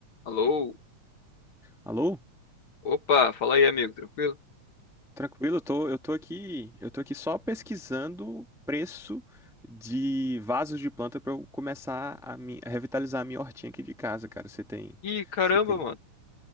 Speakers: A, on the left (about 55°); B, in the centre.
A: Alô?
B: Alô?
A: Opa, fala aí, amigo, tranquilo?
B: Tranquilo, eu tô, eu tô aqui, eu tô aqui só pesquisando preço de vasos de planta pra eu começar a, mi- a revitalizar a minha hortinha aqui de casa, cara. Você tem,
A: Ih, caramba,
B: você tem,
A: mano.